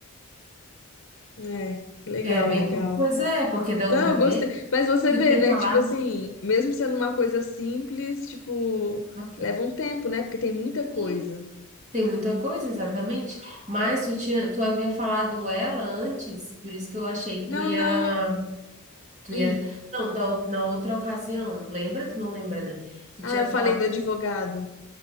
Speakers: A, on the left; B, on the right.
A: É, legal,
B: É bem.
A: legal.
B: po- Pois é, porque da
A: Não,
B: outra
A: eu
B: vez
A: gostei. Mas você
B: tu
A: vê,
B: tinha
A: né?
B: falado.
A: Tipo assim, mesmo sendo uma coisa simples, tipo,
B: Aham.
A: leva um tempo, né? Porque tem muita coisa.
B: Sim, tem muita coisa, exatamente. Mas tu tinha, tu havia falado ela antes, por isso que eu achei que
A: Não,
B: tu ia,
A: não.
B: tu
A: hum.
B: ia. Não, da, ou- na outra ocasião. Lembra? Tu não lembra, né? Tu
A: Ah,
B: tinha
A: eu falei
B: falado,
A: do advogado.